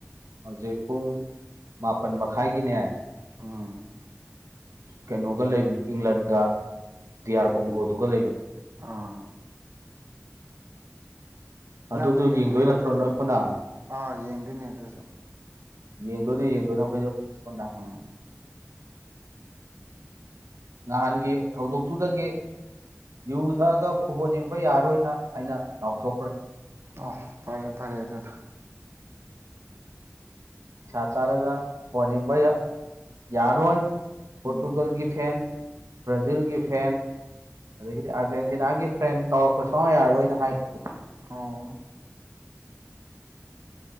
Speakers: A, on the right; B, on the right.
A: ꯍꯧꯖꯤꯛ ꯄꯨꯡ ꯃꯥꯄꯜ ꯃꯈꯥꯏꯒꯤꯅꯦ
B: ꯑꯥ
A: ꯀꯩꯅꯣꯒ ꯂꯩꯕꯅꯤ ꯏꯪꯂꯟꯒ ꯗꯤꯌꯥꯔ ꯀꯣꯡꯒꯣꯗꯨꯒ ꯂꯩꯕꯅꯤ
B: ꯑꯥ ꯏꯌꯥꯝꯕ
A: ꯑꯗꯨꯁꯨ
B: ꯌꯦꯡꯗꯣꯏꯔꯣ
A: ꯌꯦꯡꯗꯣꯏ ꯅꯠꯇ꯭ꯔꯣ
B: ꯑꯗꯨꯗꯣ
A: ꯅꯣꯏ ꯄꯨꯟꯅ
B: ꯑꯥ ꯌꯦꯡꯗꯣꯏꯅꯦ ꯑꯗꯨꯁꯨ
A: ꯌꯦꯡꯗꯣꯏꯅꯣ ꯌꯦꯡꯗꯣꯏꯅꯣ ꯑꯩꯈꯣꯏꯗ ꯍꯟꯅ
B: ꯎꯝ
A: ꯅꯍꯥꯟꯒꯤ ꯊꯧꯗꯣꯛꯇꯨꯗꯒꯤ ꯌꯨ ꯊꯛꯑꯒ ꯐꯨꯠꯕꯣꯜ ꯌꯦꯡꯕ ꯌꯥꯔꯣꯏꯅ ꯍꯥꯏꯩꯅ ꯂꯥꯎꯊꯣꯛꯈ꯭ꯔꯦ
B: ꯑ ꯐꯔꯦ ꯐꯔꯦ ꯑꯗꯨꯅ
A: ꯅꯤꯁꯥ ꯆꯥꯔꯒ ꯕꯣꯜ ꯌꯦꯡꯕ ꯌꯥꯔꯔꯣꯏ ꯄꯣꯔꯇꯨꯒꯜꯒꯤ
B: ꯎꯝ
A: ꯐꯦꯟ ꯕ꯭ꯔꯥꯖꯤꯜꯒꯤ ꯐꯦꯟ ꯑꯗꯒꯤꯗꯤ ꯑꯥꯔꯖꯦꯟꯇꯤꯅꯥꯒꯤ ꯐ꯭ꯔꯦꯟ ꯇꯧꯔꯛꯄꯁꯨ ꯌꯥꯔꯣꯏꯅ ꯍꯥꯏꯈ꯭ꯔꯦ
B: ꯑꯣ